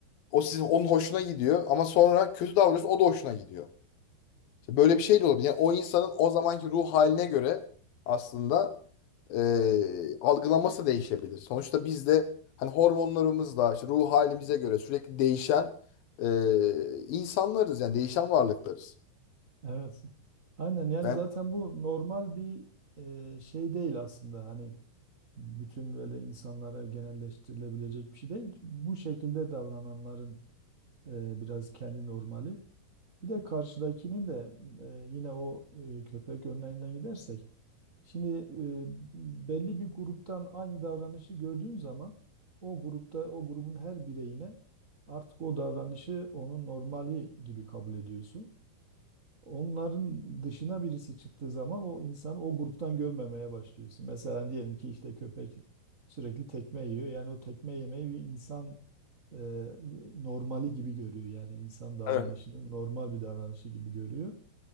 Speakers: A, on the left; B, on the right.
A: O sizin onun hoşuna gidiyor ama sonra kötü davranıyorsun o da hoşuna gidiyor. İşte böyle bir şey de olabilir. Yani o insanın o zamanki ruh haline göre aslında e, algılaması değişebilir. Sonuçta biz de hani hormonlarımızla işte ruh halimize göre sürekli değişen e, insanlarız yani değişen varlıklarız.
B: Evet. Aynen yani
A: Yani
B: zaten bu normal bir e, şey değil aslında. Hani bütün böyle insanlara genelleştirilebilecek bir şey değil. Bu şekilde davrananların e, biraz kendi normali. Bir de karşıdakinin de e, yine o e, köpek örneğinden gidersek şimdi e, belli bir gruptan aynı davranışı gördüğün zaman o grupta o grubun her bireyine artık o davranışı onun normali gibi kabul ediyorsun. Onların dışına birisi çıktığı zaman o insanı o gruptan görmemeye başlıyorsun. Mesela diyelim ki işte köpek sürekli tekme yiyor. Yani o tekme yemeyi bir insan e, normali gibi görüyor. Yani insan davranışını
A: Evet.
B: normal bir davranışı gibi görüyor.